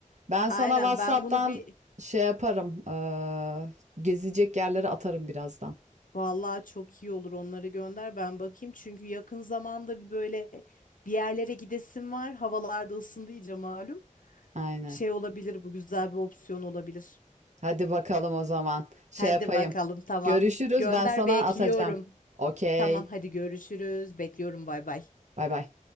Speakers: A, on the right; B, on the left.
A: Ben
B: Aynen
A: sana WhatsApp'tan
B: ben bunu bir
A: şey yaparım. eee, gezecek yerleri atarım birazdan.
B: vallahi çok iyi olur onları gönder ben bakayım. Çünkü yakın zamanda bir böyle bir yerlere gidesim var. Havalarda ısındı iyice malum.
A: Aynen.
B: Şey olabilir bu güzel bir opsiyon olabilir.
A: Hadi bakalım o zaman. Şey
B: Hadi
A: yapayım.
B: bakalım tamam.
A: Görüşürüz.
B: Gönder
A: Ben sana
B: bekliyorum.
A: atacağım. Okey.
B: Tamam hadi görüşürüz. Bekliyorum bay bay.
A: Bay bay.